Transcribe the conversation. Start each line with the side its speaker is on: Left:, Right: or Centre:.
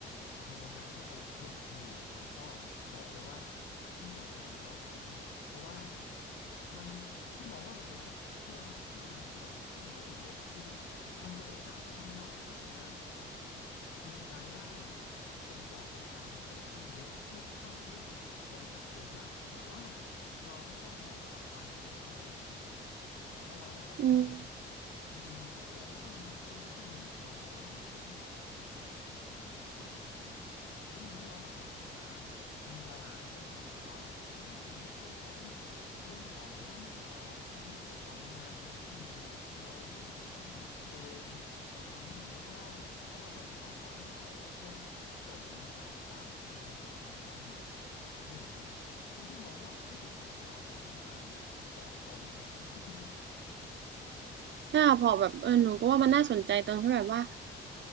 Left: มีโอกาสเข้าไปคลุกอยู่นะก็บอกเลยว่าพี่สนใจในเอาซอร์สนี่แหละเพราะว่ามันพี่มองว่ามันเป็นแบบคือลองนึกภาพนะคือแบบคิดแล้วก็ตื่นเต้นเนาะคือมันมันเป็นโอกาสที่ทำให้เราอะสามารถมีรายได้เป็นก่อบเป็นกำค่อนข้างเยอะเทียบเท่าธุรกิจบริษัทใหญ่ๆแต่ว่าเราไม่ต้องแบกรับความเสี่ยงเท่าบริษัทใหญ่ แล้วเราไม่ต้องมี
Right: อืม
Left: มีเขาเรียกไม่ต้องมีเขาเรียกไม่ต้องมีลูกน้องหรือไม่ต้องมีอะไรเยอะขนาดบริษัทใหญ่ๆอย่างเงี้ยครับแล้วมันทำให้เราสามารถที่จะมีบาลานซ์เรื่องของไลฟ์เรื่องของชีวิตเรื่องของเรื่องของเอ่อชีวิตเรื่องของงานเนี้ยได้ดีเลยอะคือเราไม่จำเป็นต้องอยู่ที่เดิมเราทำที่ไหนก็ได้เพราะว่าเราเป็นเอาท์ซอร์สให้เขาเราแค่ส่งเนื้องานตามที่บริษัทนั้นกำหนดอย่างเงี้ยคือพี่มองว่าพี่อะสนใจเอาท์ซอร์สมากๆบอกบอกตรงเลย
Right: ใช่ค่ะพอแบบเออหนูก็ว่ามันน่าสนใจตรงที่แบบว่า